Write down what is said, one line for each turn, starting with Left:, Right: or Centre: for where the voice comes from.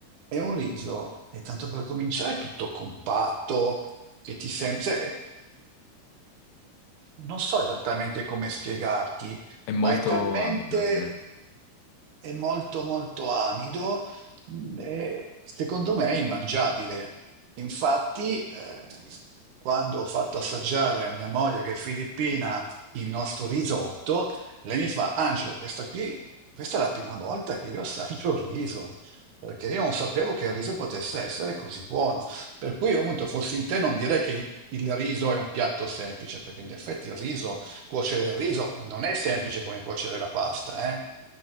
Right: è un riso, e tanto per cominciare, è tutto compatto, che ti sembra non so esattamente come spiegarti,
Left: È molto
Right: ma è talmente
Left: amido, sì.
Right: è molto molto amido, mh, e secondo me è immangiabile. Infatti, eh, quando ho fatto assaggiare a mia moglie che è filippina il nostro risotto, lei mi fa, Angelo, questa qui, questa è la prima volta che io assaggio il riso. Perché io non sapevo che il riso potesse essere così buono. Per cui, appunto, fossi in te, non direi che il riso è un piatto semplice, perché in effetti il riso, cuocere il riso non è semplice come cuocere la pasta, eh?